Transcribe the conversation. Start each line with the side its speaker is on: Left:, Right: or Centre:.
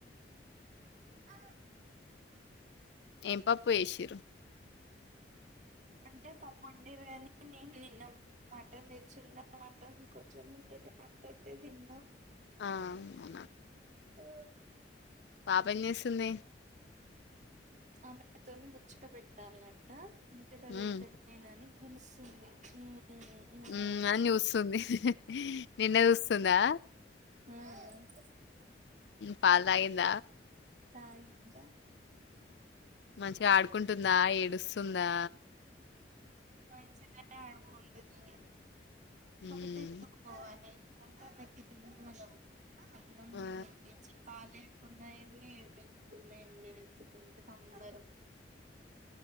Right: ఆ
Left: ఏం పప్పు వేసిరు?
Right: అంటే పప్పు వండిరి అని నేను నిన్న మటన్ తెచ్చిండ మటన్ కొంచెం ఉంటేది. దంతోటే తిన్నా
Left: అ అవునా
Right: ఓ
Left: పాప ఎంజేస్తూంది?
Right: ఆమెతో ముచ్చట పెట్టాలంట ముచ్చట
Left: మ్మ్
Right: పెడితే నేనని గులుస్సుంది ఉమ్ ఉమ్
Left: ఊ
Right: అని
Left: అన్ని చూస్తుంది హ్హ్ నిన్న చూస్తుందా?
Right: హ
Left: పాల్ తాగింద?
Right: తా ఇందా
Left: మంచిగా ఆడుకుంటుందా, ఏడుస్తుందా.
Right: మంచింననే ఆడుకుంటది ఇయ్య కపోతే
Left: మ్మ్
Right: ఎత్తుకోవాలి. కొంత <unintelligible> అన్నం
Left: ఆ
Right: ఎచ్చి ప్పాలె ఉన్నయాన్నే వె ఉన్నయాన్నే నేను ఎత్తుకుంటే సంబరం